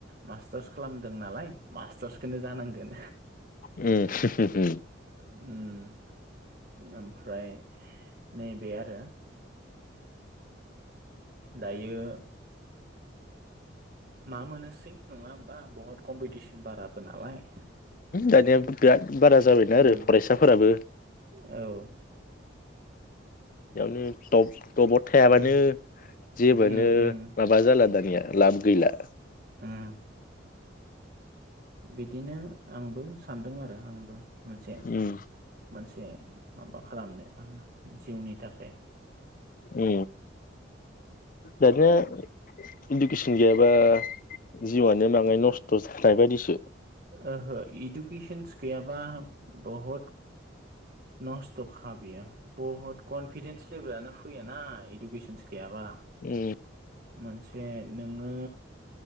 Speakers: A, on the right; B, on the left.
A: मास्टार्स खालामदों नालाय मास्टार्सखौनो जानांगोन
B: उम उम
A: ओम ओमफ्राय नैबे आरो दायो मा मोनोसै नङा होमबा बहुत कम्पिटिसन बाराबो नालाय
B: दानिया बिराद बारा जाबायना
A: उम
B: आरो फरायसाफोराबो
A: औ
B: बेयावनो बद थायाबानो
A: उम
B: जेबोनो
A: उम उम
B: माबा जाला दानिया लाब गैला
A: उम बिदिनो आंबो सानदों आरो आंबो मोनसे
B: उम
A: मोनसे माबा खालामनो आं जिउनि थाखाय
B: उ ददि इडुकेसन गैयाबा जिउआनो बाङाय नस्थ' जानाय बायदिसो
A: ओहो इडुकेसनस गैयाबा बहुद नस्थ' खाबैयो बहुत कनफिदेन्स लेभेलानो फैयाना इडुकेसनस गैयाबा
B: उम
A: मोनसे नोङो